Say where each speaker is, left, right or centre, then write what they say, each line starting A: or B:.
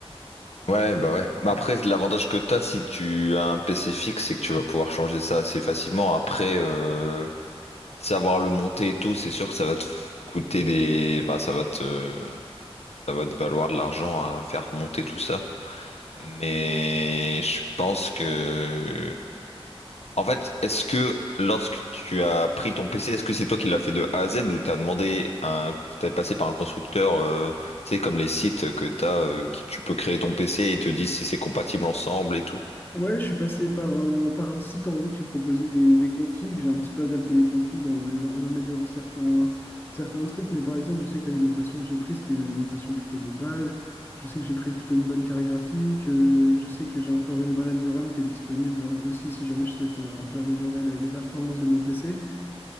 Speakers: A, on the left; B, on the left.
A: Ouais, bah ouais. Bah après, l'avantage que t'as si tu as un PC fixe, c'est que tu vas pouvoir changer ça assez facilement. Après, euh, savoir le monter et tout, c'est sûr que ça va te coûter des, enfin, ça va te ça va te valoir de l'argent à faire monter tout ça. Mais je pense que... En fait, est-ce que lorsque tu as pris ton PC, est-ce que c'est toi qui l'as fait de A à Z ou t'as demandé un... T'es passé par un constructeur, euh, tu sais, comme les sites que t'as, euh, qui tu peux créer ton PC et te disent si c'est compatible ensemble et tout.
B: Ouais, je suis passé par un, par un site en gros qui proposait des, des configs. J'ai un petit peu adapté les configs en, les- en améliorant certains, certains trucs. Mais par exemple, je sais que l'alimentation que j'ai prise, c'était une alimentation plutôt de base. Je sais que j'ai pris plutôt une bonne carte graphique. euh, je sais que j'ai encore une barrette de RAM qui est disponible en- aussi si jamais je souhaite euh, un peu améliorer les, les performances de mon PC.